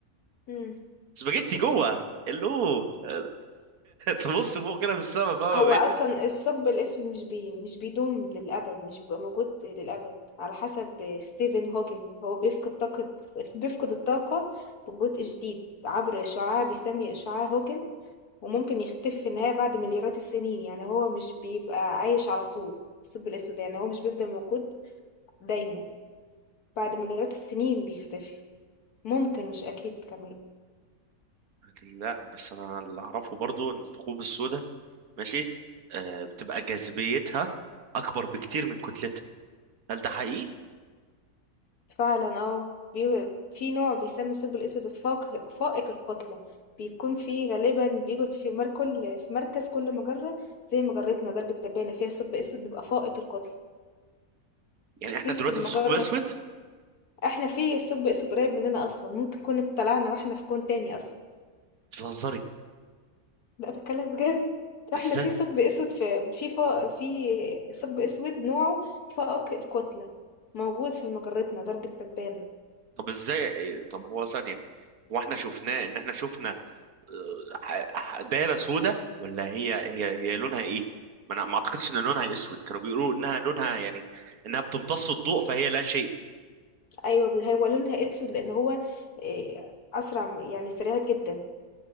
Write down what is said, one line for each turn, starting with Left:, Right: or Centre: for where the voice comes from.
Left: امم
Right: سباجيتي
Left: شكرا
Right: جوه الو <laughs> تبص فوق كده في السما فاهمه
Left: هو
Right: بقيت
Left: اصلا الثقب الاسود مش بي مش بيدوم للابد مش بيبقى موجود للابد على حسب ستيفن هوكينج هو بيفقد طاقه بيفقد الطاقه ببطء شديد عبر اشعاع بيسمي اشعاع هوكينج وممكن يختفي في النهايه بعد مليارات السنين يعني هو مش بيبقى عايش على طول الثقب الاسود يعني هو مش بيفضل موجود دايما بعد مليارات السنين بيختفي ممكن مش اكيد كمان
Right: لا بس انا اللي اعرفه برضو ان الثقوب السوداء ماشي آه بتبقى جاذبيتها اكبر بكتير من كتلتها هل ده حقيقي
Left: فعلا اه بي- في نوع بيسمى الثقب الأسود الفاق- فائق الكتلة بيكون فيه غالبا بيوجد في مركل في مركز كل مجرة زي مجرتنا درب التبانة فيها ثقب أسود بيبقى فائق الكتلة
Right: يعني احنا
Left: في
Right: دلوقتي
Left: في المجرة
Right: في ثقب اسود
Left: احنا في ثقب أسود قريب مننا أصلا ممكن كنا اتطلعنا واحنا في كون تاني أصلا
Right: بتهزري
Left: لا بتكلم بجد احنا
Right: ازاي
Left: في ثقب أسود في في فا... في ثقب أسود نوعه فائق الكتلة موجود في مجرتنا درب التبانة
Right: طب ازاي إيه، طب هو ثانية هو احنا شفناه ان احنا شفنا آه، ح- ح- دايرة سودة ولا هي هي هي لونها ايه ما انا ما اعتقدش ان لونها اسود كانوا بيقولوا انها لونها يعني انها بتمتص الضوء فهي لا شيء
Left: ايوه بس هو لونها اسود لان هو إيه، اسرع م- يعني سريع جدا